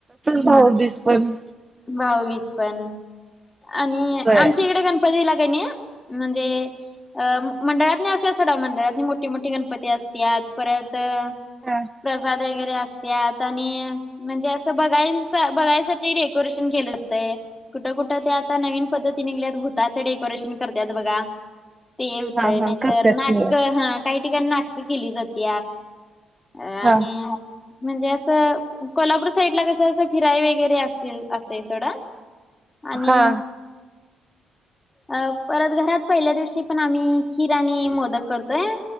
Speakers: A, on the right (about 20°); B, on the left (about 20°).
A: भाऊबीज पण
B: भाऊबीज पण आणि
A: होय
B: आमच्या इकडे गणपती ला. त्यांनी म्हणजे मंडळात
A: हा
B: असत. ते सोडा मंडळात मोठी मोठी गणपती असत परत
A: हा
B: प्रसाद वरे असत आणि म्हणजे अस बघाय बघाय. डेकोरेशन केलं जातंय कुठं कुठं ते आता नवीन पद्धती निघल्यात. डेकोरेशन करत बघा ते होतंय
A: हा हा
B: नाहीतर
A: करत्यात
B: नाटक
A: ती
B: ह काही ठिकाणी नाटकं केली जात अ आणि
A: हा
B: म्हणजे असं कोल्हापूर साईड ला कसे असे फिराई वगैरे असल असते सोडा. आणि
A: हा
B: अ परत घरात पहिल्या दिवशी पण आम्ही खीर आणि मोदक करतोय